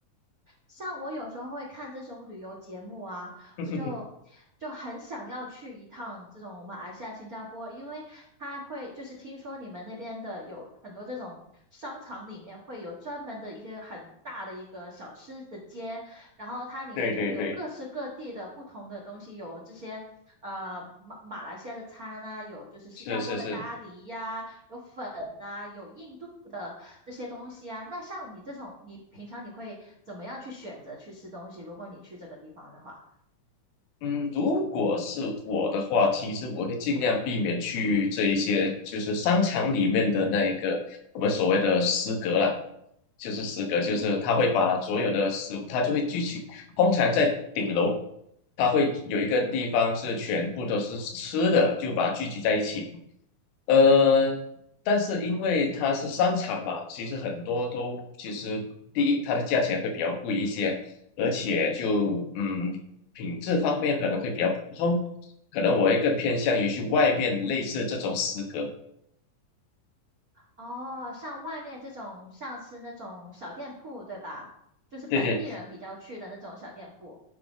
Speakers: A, on the right; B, on the left.
A: 像我有时候会看这种旅游节目啊，
B: <laughs>
A: 我就就很想要去一趟这种马来西亚、新加坡，因为它会就是听说你们那边的有很多这种商场里面会有专门的一个很大的一个小吃的街，然后它里面就会有各式各地的不同的东西，
B: 对对对，
A: 有这些呃马马来西亚的餐啊，有就是新加坡的咖喱呀、
B: 是是是，
A: 有粉呐、有印度的这些东西啊。那像你这种，你平常你会怎么样去选择去吃东西？如果你去这个地方的话，
B: 嗯，如果是我的话，其实我会尽量避免去这一些，就是商场里面的那一个我们所谓的食阁啦，就是食阁，就是他会把所有的食物，
A: 嗯
B: 他就会聚集，通常在顶楼，他会有一个地方是全部都是吃的，
A: 嗯，
B: 就把它聚集在一起。呃，但是因为它是商场嘛，其实很多都其实第一，它的价钱会比较贵一些，而且就嗯，品质方面可能会比较普通，可能我会更偏向于去外面类似这种食阁。
A: 哦，像外面这种，像是那种小店铺，对吧？就是本地人比较去的那种小店铺。
B: 对对